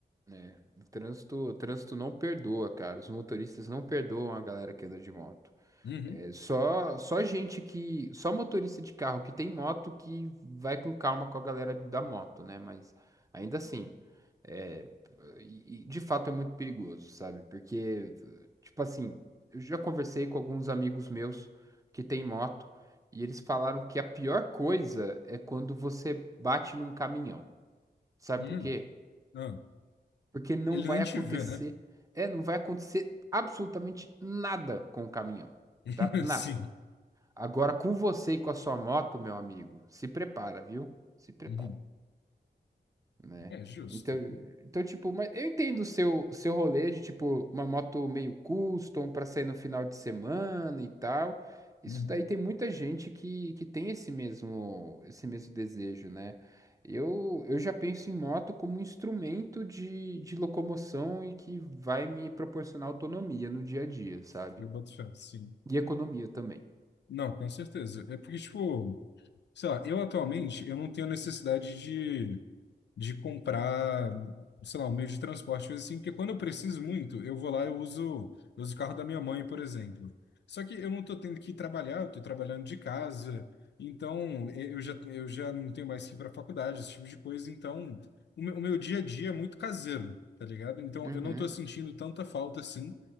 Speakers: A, on the right; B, on the left.
A: É, o trânsito, o trânsito não perdoa, cara. Os motoristas não perdoam a galera que anda de moto.
B: Uhum,
A: É só, só gente que. Só motorista de carro que tem moto que vai com calma com a galera da moto, né? Mas ainda assim, é, e- e de fato é muito perigoso, sabe? Porque, tipo assim, eu já conversei com alguns amigos meus que têm moto e eles falaram que a pior coisa é quando você bate num caminhão. Sabe
B: uhum,
A: por quê?
B: ah.
A: Porque não
B: Ele
A: vai
B: nem te
A: acontecer.
B: vê, né?
A: É, não vai acontecer absolutamente nada com o caminhão,
B: <laughs>
A: tá? Nada.
B: Sim.
A: Agora, com você e com a sua moto, meu amigo, se prepara, viu? Se prepara,
B: Uhum.
A: né?
B: É justo.
A: Então, então tipo, mas eu entendo o seu, seu rolê de, tipo, uma moto meio custom pra sair no final de semana e tal. Isso
B: Uhum.
A: daí tem muita gente que, que tem esse mesmo, esse mesmo desejo, né? Eu, eu já penso em moto como um instrumento de, de locomoção e que vai me proporcionar autonomia no dia a dia, sabe?
B: Eu boto fé, sim.
A: E economia também.
B: Não, com certeza. É porque, tipo, sei lá, eu atualmente eu não tenho necessidade de de comprar, sei lá, um meio de transporte, coisa assim, porque quando eu preciso muito, eu vou lá, eu uso, eu uso o carro da minha mãe, por exemplo. Só que eu não estou tendo que ir trabalhar, eu estou trabalhando de casa, então eh, eu já, eu já não tenho mais que ir para a faculdade, esse tipo de coisa, então o meu, o meu dia a dia é muito caseiro, tá ligado? Então
A: Uhum,
B: eu não estou sentindo tanta falta assim